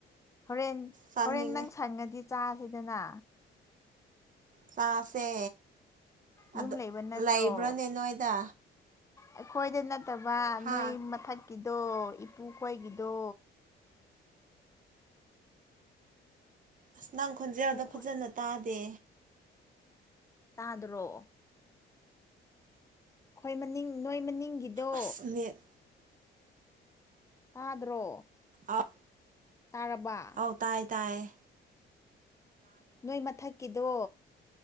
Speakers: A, on the left; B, on the right.
A: ꯍꯣꯔꯦꯟ
B: ꯆꯥꯅꯤꯡꯉꯦ
A: ꯍꯣꯔꯦꯟ ꯅꯪ ꯁꯪꯉꯗꯤ ꯆꯥꯁꯤꯗꯅ
B: ꯆꯥꯁꯦ ꯑꯗꯨ
A: ꯌꯨꯝ ꯂꯩꯕ ꯅꯠꯇ꯭ꯔꯣ
B: ꯂꯩꯕ꯭ꯔꯅꯦ ꯅꯣꯏꯗ
A: ꯑꯩꯈꯣꯏꯗ ꯅꯠꯇꯕ
B: ꯍꯥ
A: ꯅꯣꯏ ꯃꯊꯛꯀꯤꯗꯣ ꯏꯄꯨ ꯈꯣꯏꯒꯤꯗꯣ
B: ꯑꯁ ꯅꯪ ꯈꯣꯟꯖꯦꯜꯗꯣ
A: ꯏꯄꯨ
B: ꯐꯖꯅ
A: ꯈꯣꯏ
B: ꯇꯥꯗꯦ
A: ꯇꯥꯗ꯭ꯔꯣ ꯈꯣꯏ ꯃꯅꯤꯡ ꯅꯣꯏ ꯃꯅꯤꯡꯒꯤꯗꯣ
B: ꯑꯁ ꯅꯦꯠ
A: ꯇꯥꯗ꯭ꯔꯣ
B: ꯑꯥ
A: ꯇꯥꯔꯕ
B: ꯑꯥꯎ ꯇꯥꯏ ꯇꯥꯏꯌꯦ
A: ꯅꯣꯏ ꯃꯊꯛꯀꯤꯗꯣ